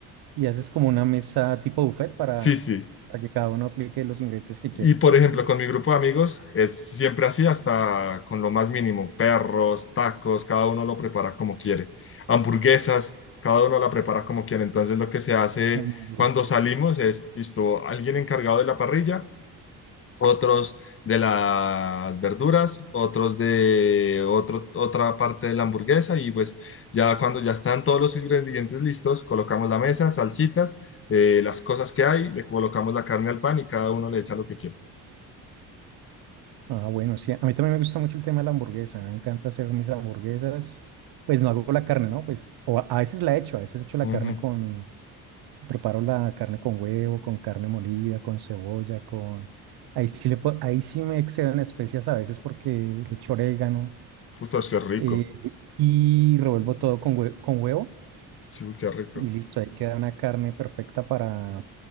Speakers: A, on the right; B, on the left.
A: y haces como una mesa tipo buffet para,
B: Sí, sí.
A: para que cada uno aplique los ingredientes que
B: Y
A: quiera.
B: por ejemplo, con mi grupo de amigos es siempre así, hasta con lo más mínimo, perros, tacos, cada uno lo prepara como quiere, hamburguesas, cada uno la prepara como quiere. Entonces lo que se hace
A: Hamburguesa.
B: cuando salimos es, listo, alguien encargado de la parrilla, otros de las verduras, otros de otro, otra parte de la hamburguesa y pues ya cuando ya están todos los ingredientes listos, colocamos la mesa, salsitas, eh, las cosas que hay, le colocamos la carne al pan y cada uno le echa lo que quiere.
A: Ah, bueno, sí, a mí también me gusta mucho el tema de la hamburguesa, me encanta hacer mis hamburguesas, pues no hago la carne, ¿no? Pues o a a veces la echo, a veces echo la
B: Ujú.
A: carne con, preparo la carne con huevo, con carne molida, con cebolla, con... Ahí sí, le, po- ahí sí me excedo en especias a veces porque le echo orégano
B: Uy, pues qué rico.
A: eh, y revuelvo todo con, hue- con huevo
B: Sí, uy, qué rico.
A: y listo, ahí queda una carne perfecta para,